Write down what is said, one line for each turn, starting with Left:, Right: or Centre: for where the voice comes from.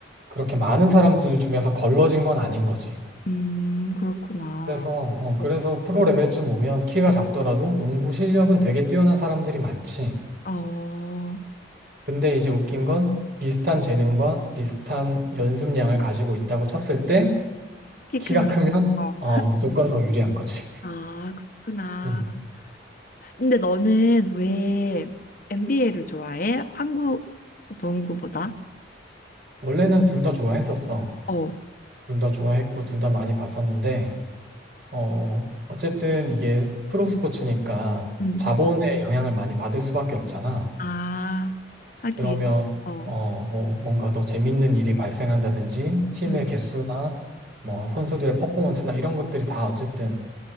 Right: 그렇게 많은 사람들 중에서 걸러진 건 아닌 거지.
Left: 음, 그렇구나.
Right: 그래서 어, 그래서
Left: 어.
Right: 프로 레벨쯤 오면 키가 작더라도 농구 실력은 되게 뛰어난 사람들이 많지.
Left: 어,
Right: 근데 이제 웃긴 건 비슷한 재능과 비슷한 연습량을 가지고 있다고 쳤을 때
Left: 키
Right: 키가
Left: 큰
Right: 크면
Left: 게. 어.
Right: 어, 무조건 더 유리한 거지.
Left: 아, 그렇구나.
Right: 음.
Left: 근데 너는 왜 NBA를 좋아해? 한국 농구보다?
Right: 원래는 둘 다 좋아했었어.
Left: 어,
Right: 둘 다 좋아했고, 둘 다 많이 봤었는데, 어, 어쨌든 이게 프로 스포츠니까
Left: 음.
Right: 자본의 영향을 많이 받을 수밖에 없잖아.
Left: 아, 하긴.
Right: 그러면,
Left: 어,
Right: 어, 뭐, 뭔가 더 재밌는 일이 발생한다든지, 팀의
Left: 음.
Right: 개수나, 뭐, 선수들의 퍼포먼스나 이런 것들이 다 어쨌든